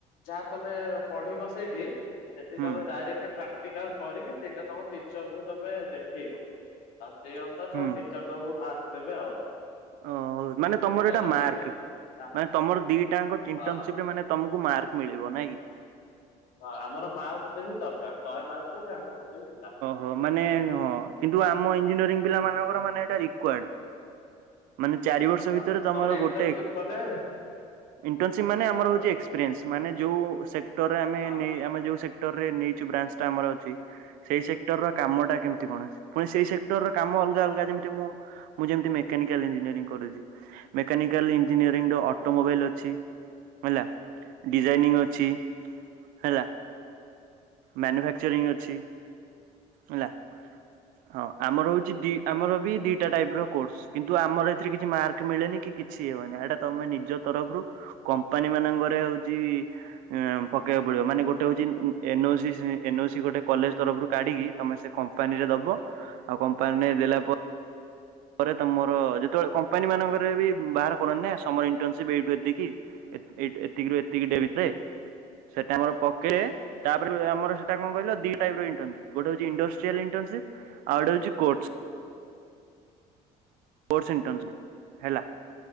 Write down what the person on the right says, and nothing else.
ହୁଁ
ହୁଁ
ଓ ମାନେ ତମର ଏଇଟା
ମାର୍କ
ମାନେ ତମର ଦିଟାଙ୍କ
ଇଣ୍ଟନସିପ ରେ ମାନେ ତମକୁ ମାର୍କ ମିଳିବ ନାଇଁ କି?
ହଁ ମାନେ ହଁ କିନ୍ତୁ ଆମ ଇଞ୍ଜିନିୟରିଂ ପିଲା ମାନଙ୍କର ମାନେ ରିଡୱରକ। ମାନେ ଚାର ବର୍ଷ
ଭିତରେ ତମର
ଗୋଟେ
ଇଣ୍ଟସିପ ମାନେ
ଆମର ଏକ୍ସପିରିଏନ୍ସ ମାନେ ଯେଉଁ ସେକ୍ଟରରେ ଆମେ
ନେଇ
ଆମେ ଯେଉଁ ସେକ୍ଟରରେ ନେଇଛୁ ବ୍ରାଞ୍ଚଟା ଆମର ଅଛି ସେଇ ସେକ୍ଟର ର କାମ ଟା
କେମିତି କଣ ପୁଣି ସେଇ ସେକ୍ଟର ର କାମ ଅଲଗା
ଅଲଗା ଯେମିତି ମୁଁ ମୁଁ ଯେମିତି ମେକାନିକାଲ ଇଞଜିନିୟରିଂ କରୁଛି ମେକାନିକାଲ
ଇଞ୍ଜିନିୟରିଂ ର ଅଟୋ ମୋବାଇଲ୍ ଅଛି ହେଲା ଡିଜାଇନିଂ ଅଛି ହେଲା।
ମ୍ୟାନୁଫାକ୍ଚରିଂ ଅଛି ହେଲା। ହଁ ଆମର ହଉଛି ଦି ଆମର ବି ଦିଟା ଟାଇପ ର କୋର୍ସ କିନ୍ତୁ ଆମର ଏଥିରେ କିଛି ମାର୍କ ମିଳେନି କି କିଛି ଇଏ ହୁଏନି ଏଇଟା ତମେ ନିଜ ତରଫରୁ କମ୍ପାନୀ ମାନଙ୍କରେ ହଉଛି, ଇଁ ପକେଇବାକୁ ପଡିବ, ମାନେ ଗୋଟେ ହଉଛି N O C C N O C ଗୋଟେ କଲେଜ ତରଫରୁ କାଢିକି, ତମେ ସେ କମ୍ପାନୀ ରେ ଦବ। ଆଉ କମ୍ପାନୀରେ ଦେଲା ପରେ ପରେ ତମର ଯେତେବେଳେ କମ୍ପାନୀ ମାନଙ୍କରେ ବି ବାହାର କରନ୍ତି, ନା ସମର ଇଣ୍ଟନସିପ୍ ଏଇଠୁ ଏତିକି। ଏତିକିରୁୁ ଏତିକି ଡେ ବିତେ। ସେଟା ଆମର ପକେ ତା'ପରେ ଆମର ସେଟା କଣ କହିଲ? ଦି ଟାଇପ୍ ର ଇଣ୍ଟନସିପ୍ ଗୋଟେ ହଉଛି ଇଣ୍ଡଷ୍ଟ୍ରିଆଲ୍ ଇନଣ୍ଟନସିପ୍। ଆଉ ଡେ ହଉଛି କୋଟ୍ସ। କୋଡ଼୍ସ ଇନ୍ଟନସବଲ୍ ହେଲା।